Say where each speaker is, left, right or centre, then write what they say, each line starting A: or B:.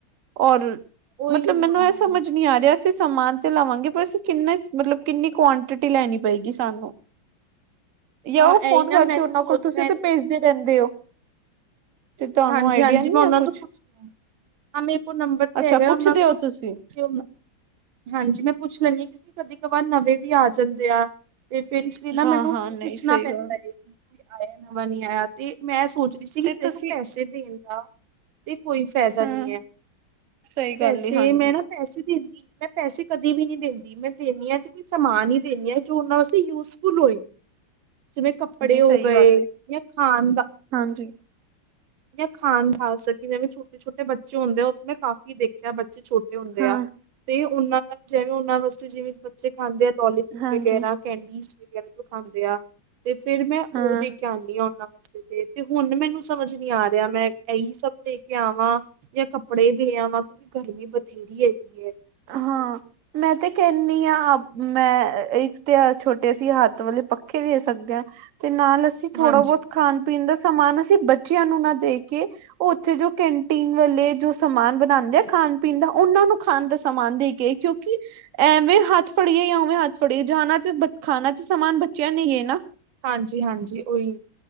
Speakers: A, on the right; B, on the right.
A: ਔਰ
B: ਉਹੀ
A: ਮਤਲਬ ਮੈਨੂੰ
B: ਹਾਂ।
A: ਇਹ ਸਮਝ ਨਹੀ ਆ ਰਿਹਾ ਅਸੀ ਸਮਾਨ ਤੇ ਲਵਾਂਗੇ ਪਰ ਅਸੀ ਕਿੰਨਾ ਮਤਲਬ ਕਿੰਨੀ ਕੁਆਆਂਟਿਟੀ ਲੈਣੀ ਪਏਗੀ ਸਾਨੂੰ। ਯਾਂ
B: ਹਾਂ
A: ਔ ਫੋਨ
B: ਇਹੀ ਨਾ
A: ਕਰਕੇ
B: ਮੈਂ ਤੇ
A: ਉਹਨਾਂ
B: ਸੋਚ
A: ਕੋਲ ਤੁਸੀ
B: ਮੈਂ
A: ਤੇ ਭੇਜਦੇ ਰਹਿੰਦੇ ਹੋ। ਤੇ ਤੁਹਾਨੂੰ
B: ਹਾਂਜੀ
A: ਆਈਡੀਆ
B: ਹਾਂਜੀ
A: ਨੀ
B: ਮੈਂ ਉਹਨਾਂ
A: ਹੈ ਕੁਛ
B: ਤੋਂ ਪੁੱਛਣਾ ਹਾਂ ਮੇਰੇ ਕੋਲ ਨੰਬਰ ਤੇ
A: ਅੱਛਾ
B: ਹੈਗਾ
A: ਪੁੱਛਦੇ
B: ਓਨਾਂ ਕੋਲ
A: ਹੋ ਤੁਸੀਂ
B: ਤੇ ਹਾਂਜੀ ਮੈਂ ਪੁੱਛ ਲੈਂਣੀ ਆਾਂ ਕਿਊਂਕਿ ਕਦੀ ਕਬਾਰ ਨਵੇਂ ਵੀ ਆ ਜਾਂਦੇ ਆ। ਤੇ ਫੇਰ ਇਸ ਲਈ ਨਾ
A: ਹਾਂ-ਹਾਂ
B: ਮੈਨੂੰ
A: ਨਹੀਂ
B: ਪੁੱਛਣਾ
A: ਸਹੀ
B: ਪੈਂਦਾ
A: ਗੱਲ
B: ਏ । ਆਏ ਏ ਨਾ। ਵਾ ਨੀ ਆਇਆ ਤੇ ਮੈਂ ਸੋਚ ਰੀ ਸੀ ਕਿ
A: ਤੇ
B: ਪੇਖੋ
A: ਤੁਸੀਂ
B: ਸੇ ਦੇਣ ਦਾ ਤੇ ਕੋਈ ਫੈਦਾ
A: ਹੂੰ
B: ਨੀ ਐ,
A: ਸਹੀ
B: ਪੈਸੇ
A: ਗੱਲ ਏ ਹਾਂਜੀ-ਹਾਂਜੀ
B: ਮੈਂ ਨਾ ਪੈਸੇ ਦਿੰਦੀ ਮੈਂ ਪੈਸੇ ਕਦੇ ਵੀ ਨੀ ਦੇੰਦੀ ਮੈਂ ਦੇਣੀ ਆਂ ਤੇ ਕੋਈ ਸਮਾਨ ਈ ਦਿੰਣੀ ਆਂ ਜੋ ਔਨਾ ਵਸੇ ਯੂਜਫੁੱਲ ਹੋਏ। ਜਿਵੇਂ ਕੱਪੜੇ ਹੋ
A: ਸਹੀ
B: ਗਏ
A: ਗੱਲ ਏ
B: ਯਾ ਖਾਨ ਦਾ
A: ਹਾਂਜੀ
B: ਯਾ ਖਾਣ ਖਾ ਸਕੀ ਜੈਵੇਂ ਛੋਟੇ ਛੋਟੇ ਬੱਚੇ ਹੁੰਦੇ ਐ ਔਥੇ ਮੈਂ ਕਾਫੀ ਦੇਖਿਆ ਬਚੇ ਛੋਟੇ ਹੁੰਦੇ
A: ਹਾਂ
B: ਆ ਤੇ ਉਨਾਂ ਦਾ ਜੈਵੇਂ ਓਨਾਂ ਵਸ ਤੇ ਜਿਵੇਂ ਬੱਚੇ ਖਾਂਦੇ ਆ ਲੋਲੀਪੋਪ
A: ਹਾਂਜੀ
B: ਵਗੈਰਾ ਕੈਂਡੀਸ। ਵੀਪੀਐਲ ਵਿਚੋਂ ਖਾਂਦੇ ਆ। ਤੇ ਫੇਰ ਮੈਂ
A: ਹਾਂ-ਹਾਂ
B: ਔ ਦੇਕੇ ਆਂਦੀ ਆ ਓਨਾਂ ਵਸ ਵਸਤੇ ਦੇਤੀ, ਹੋਣ ਮੈਨੂੰ ਸਮਝ ਨੀ ਆ ਰਿਆ, ਮੈਂ ਐਹੀ ਸਭ ਦੇ ਕੇ ਆਵਾਂ ਯਾ ਕੱਪੜੇ ਦੇ ਆਵਾਂ ਕਿਉਂਕਿ ਗਰਮੀ ਬਥੇਰੀ ਹੈਗੀ ਐਂ।
A: ਹਾਂ। ਮੈਂ ਤੇ ਕਹਿਣੀ ਆਂ, ਮੈਂ ਅ ਇੱਕ ਤੇ ਅ ਛੋਟੇ ਅਸੀਂ ਹੱਥ ਵਾਲੇ ਪੱਖੇ ਦੇ ਸਕਦੇ ਆਂ। ਤੇ ਨਾਲ ਅਸੀਂ ਥੋੜ੍ਹਾ
B: ਹਾਂਜੀ,
A: ਬੌਤ ਖਾਣ ਪੀ ਪੀਣ ਦਾ ਸਮਾਨ ਅਸੀਂ ਬੱਚਿਆਂ ਨੂੰ ਨਾ ਦੇ ਕੇ ਔ ਔਥੇ ਜੋ ਕੈਂਟੀਨ ਵਾਲੇ ਜੋ ਸਮਾਨ ਬਣਾਂਦੇ ਐ ਖਾਣ ਪੀਣ ਦਾ ਔਨਾਂ ਨੂੰ ਖਾਣ ਦਾ ਸਮਾਨ ਦੇ ਕੇ ਆਈ, ਕਿਉਂਕਿ ਐਵੇਂ ਹੱਥ ਫੜੀਏ ਯਾ ਔਵੇਂ ਹੱਥ ਫੜੀਏ ਜਾਣਾ ਤੇ ਬ ਖਾਣਾ ਤੇ ਸਮਾਨ ਬੱਚਿਆਂ ਨੇ ਈ ਏਨਾ।
B: ਹਾਂਜੀ, ਹਾਂਜੀ ਉਹੀ